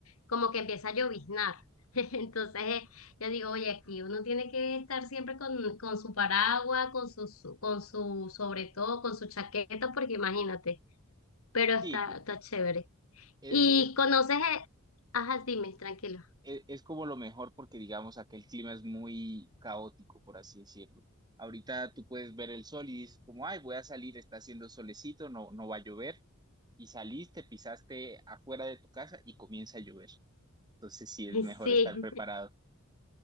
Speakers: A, on the left; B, on the right.
A: como que empieza a lloviznar. <laughs> Entonces, eh, yo digo, oye, aquí uno tiene que estar siempre con, con su paraguas, con su, su- con su, sobre todo, con su chaqueta, porque imagínate, pero está,
B: Sí, p-
A: está chévere.
B: es,
A: Y
B: es
A: conoces, eh, ajá, dime, tranquilo.
B: e- es como lo mejor porque digamos acá el clima es muy caótico, por así decirlo. Ahorita tú puedes ver el sol y dices como, ay, voy a salir, está haciendo solecito, no, no va a llover. Y saliste, pisaste afuera de tu casa y comienza a llover. Entonces sí
A: <laughs>
B: es mejor
A: Sí.
B: estar preparado.